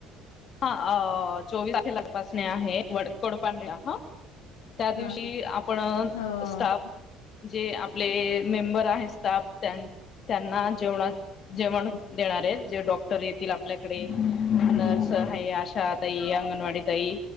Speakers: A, on the left (about 45°); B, on the left (about 75°).
A: हा, अं चोवीस तारखेला एक तपासणी आहे, वड कोंडपान ला हं. त्या दिवशी
B: हा हो.
A: आपण
B: हा
A: स्टाफ जे आपले मेंबर आहे स्टाफ त्यां त्यांना जेवणात जेवण
B: हो.
A: देणार आहेत. जे डॉक्टर येतील आपल्याकडे नर्स
B: हो.
A: आहे, आशा ताई आंगनवाडी ताई